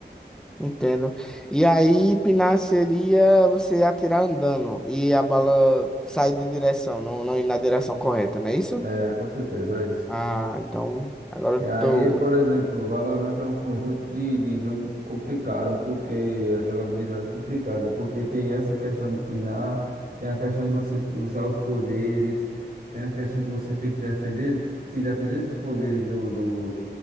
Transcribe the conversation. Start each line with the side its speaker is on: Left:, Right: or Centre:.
Centre: entendo. E aí, pinar seria você atirar andando e a bala sair de direção, não, não ir na direção correta, não é isso?
Right: É, com certeza, é isso.
Centre: Ah, então agora
Right: E
Centre: eu
Right: aí,
Centre: tô.
Right: por exemplo, o Valorant é um conjunto de, de jogo complicado, porque a jogabilidade é complicada, porque tem essa questão de pinar, tem a questão de você ter que usar os poderes, tem a questão que você tem que defender, se defender dos poderes do, do,